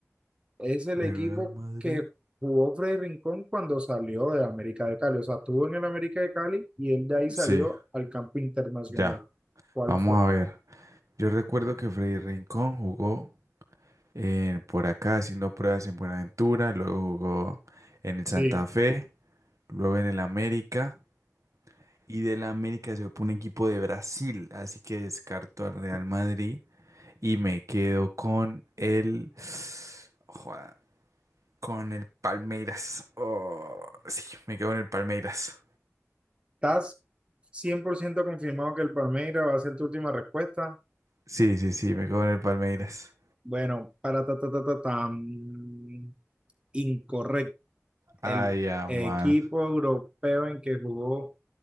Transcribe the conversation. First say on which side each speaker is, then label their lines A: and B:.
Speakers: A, on the right; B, on the right.
A: Es el
B: El
A: equipo
B: Real Madrid.
A: que jugó Freddy Rincón cuando salió de América de Cali. O sea, estuvo en el América de Cali y él de ahí salió
B: Sí,
A: al campo internacional.
B: ya.
A: ¿Cuál
B: Vamos
A: fue?
B: a ver. Yo recuerdo que Freddy Rincón jugó en- por acá haciendo pruebas en Buenaventura, luego jugó en el
A: Sí,
B: Santa Fe, luego en el América. Y de la América se fue un equipo de Brasil, así que descarto al Real Madrid y me quedo con el... Joda, con el Palmeiras. Oh, sí, me quedo con el Palmeiras.
A: estás 100% confirmado que el Palmeiras va a ser tu última respuesta.
B: Sí, sí, sí, me quedo con el Palmeiras.
A: Bueno, para ta, ta, ta, ta, tan incorrecto.
B: Ay,
A: El
B: ya,
A: equipo
B: man.
A: europeo en que jugó